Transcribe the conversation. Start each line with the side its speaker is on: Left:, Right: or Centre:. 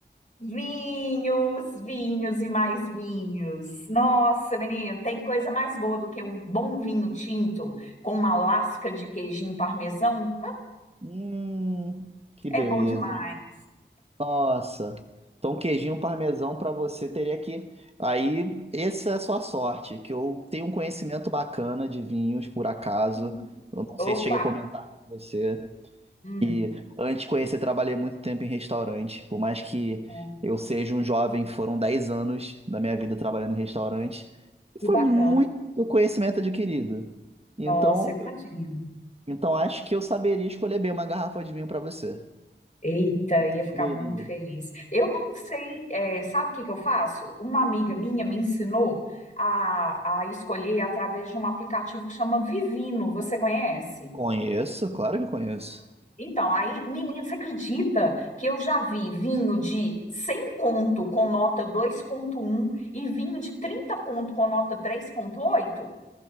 Left: Vinhos, vinhos e mais vinhos. Nossa, menino, tem coisa mais boa do que um bom vinho tinto com uma lasca de queijinho parmesão?
Right: Hum, que beleza.
Left: É bom demais.
Right: Nossa. Então, um queijinho parmesão para você teria que. Aí, essa é a sua sorte, que eu tenho um conhecimento bacana de vinhos, por acaso.
Left: Uhum.
Right: Eu não sei
Left: Opa!
Right: se cheguei a comentar com você.
Left: Hum,
Right: E antes de conhecer, trabalhei muito tempo em restaurante. Por mais que
Left: hum,
Right: eu seja um jovem, foram 10 anos da minha vida trabalhando em restaurante. E
Left: que
Right: foi
Left: bacana.
Right: muito conhecimento adquirido. Então,
Left: Nossa, imagina.
Right: então acho que eu saberia escolher bem uma garrafa de vinho para você.
Left: Eita, ia
Right: Saberia.
Left: ficar muito feliz. Eu não sei, é, sabe o que que eu faço? Uma amiga minha me ensinou a, a escolher através de um aplicativo que chama Vivino. Você conhece?
Right: Conheço, claro que eu conheço.
Left: Então, aí, menina, você acredita que eu já vi vinho de 100 conto com nota 2.1 e vinho de 30 conto com nota 3.8?